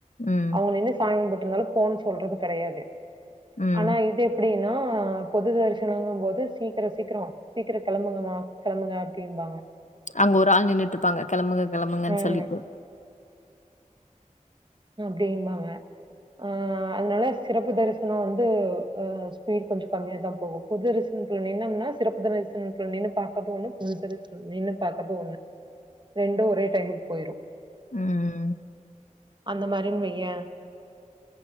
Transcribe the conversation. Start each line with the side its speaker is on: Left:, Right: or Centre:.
Left: ம்.
Right: அவங்க நின்னு சாமி கும்புட்டு இருந்தாலு போன்னு சொல்றது கெடையாது
Left: ம்.
Right: ஆனா இது எப்டி ன்னா பொது தரிசனங்கம் போது சீக்கிரோ சீக்கரோ சீக்கிரம் கெளம்புங்கமா கெளம்புங்க அப்டிம்பாங்க
Left: அங்க ஒரு ஆள் நின்னுட்டு இருப்பாங்க கெளம்புங்க கெளம்புங்கன்னு
Right: ம்.
Left: சொல்லிட்டு
Right: அப்டிம்பாங்க ஆ அதனால சிறப்பு தரிசனோ வந்து ஆ ஸ்பீட் கொஞ்சொ கம்மியாதா போகு பொது தரிசனத்துல நின்னம்னா சிறப்பு தரிசனத்துல நின்னு பாக்கறது ஒன்னு பொது தரிசன நின்னு பாக்குறது ஒன்னு ரெண்டு ஒரே டைமுக்கு போயிரு
Left: ம் ம்
Right: அந்த மாரின் வையே